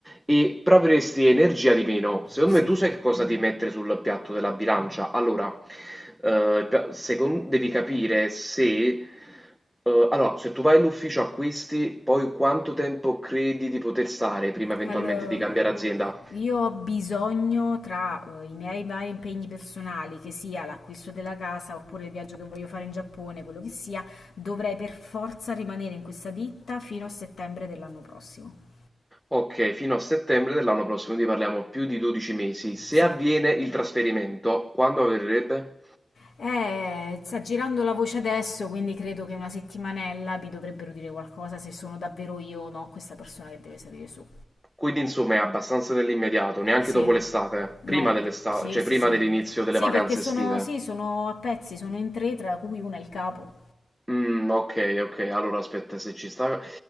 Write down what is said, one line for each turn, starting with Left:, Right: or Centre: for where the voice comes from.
Centre: e proveresti energia di meno. Secondo
Left: Sì.
Centre: me tu sai che cosa devi mettere sul piatto della bilancia. Allora, eh, il pia- secon- devi capire se... eh, allora, se tu vai in ufficio acquisti, poi quanto tempo credi di poter stare prima eventualmente
Left: Allora,
Centre: di cambiare azienda?
Left: io ho bisogno tra eh, i miei vari impegni personali, che sia l'acquisto della casa oppure il viaggio che voglio fare in Giappone, quello che sia, dovrei per forza rimanere in questa ditta fino a settembre dell'anno prossimo.
Centre: Ok, fino a settembre dell'anno prossimo, quindi parliamo più di 12 mesi. Se
Left: Sì.
Centre: avviene il trasferimento, quando avverrebbe?
Left: Eh, sta girando la voce adesso, quindi credo che una settimanella mi dovrebbero dire qualcosa se sono davvero io o no questa persona che deve salire su.
Centre: Quindi insomma è abbastanza nell'immediato, neanche
Left: Sì.
Centre: dopo l'estate,
Left: No.
Centre: prima dell'estate,
Left: Sì,
Centre: cioè
Left: sì,
Centre: prima
Left: sì.
Centre: dell'inizio delle
Left: Sì,
Centre: vacanze
Left: perché sono,
Centre: estive.
Left: sì, sono a pezzi, sono in tre, tra cui una è il capo.
Centre: Mhmm, okay, okay. Allora aspetta, se ci sta